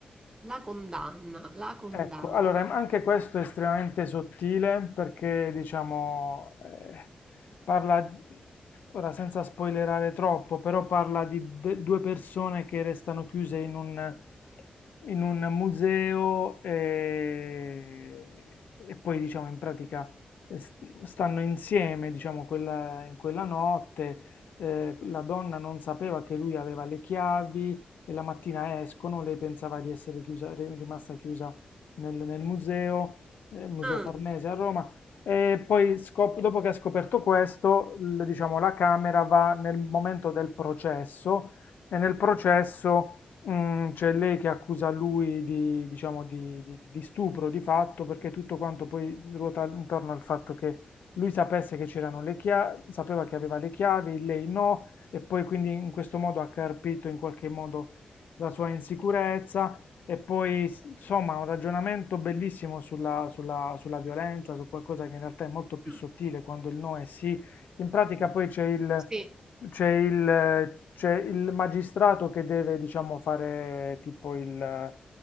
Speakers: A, on the right; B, on the left.
A: La condanna, la condanna.
B: Ecco, allora em- anche questo è estremamente sottile perché diciamo eh, parla, ora senza spoilerare troppo, però parla di de- due persone che restano chiuse in un, in un museo e, e poi diciamo in pratica eh, s- stanno insieme diciamo quella- in quella notte, eh, la donna non sapeva che lui aveva le chiavi e la mattina escono, lei pensava di essere chiusa, ri- rimasta chiusa nel, nel museo, eh, Museo
A: Ah,
B: Farnese a Roma. E poi, scop- dopo che ha scoperto questo, l- diciamo, la Camera va nel momento del processo e nel processo mm, c'è lei che accusa lui di, diciamo, di, di- di stupro di fatto perché tutto quanto poi ruota intorno al fatto che lui sapesse che c'erano le chiavi, sapeva che aveva le chiavi, lei no, e poi quindi in questo modo ha carpito in qualche modo la sua insicurezza e poi, s- insomma, un ragionamento bellissimo sulla, sulla- sulla violenza, su qualcosa che in realtà è molto più
A: mm,
B: sottile quando il no è sì. In pratica poi c'è il,
A: sì.
B: c'è il, eh, c'è il magistrato che deve, diciamo, fare tipo il, eh,